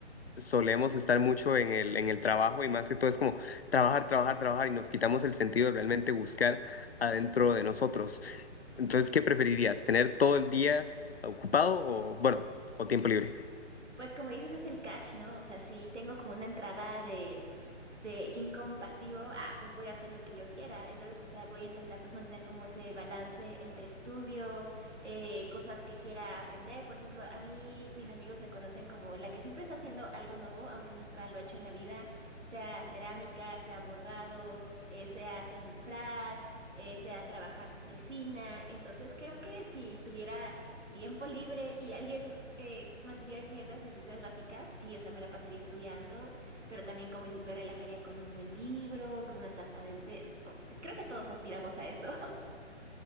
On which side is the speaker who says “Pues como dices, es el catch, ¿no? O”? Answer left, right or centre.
Right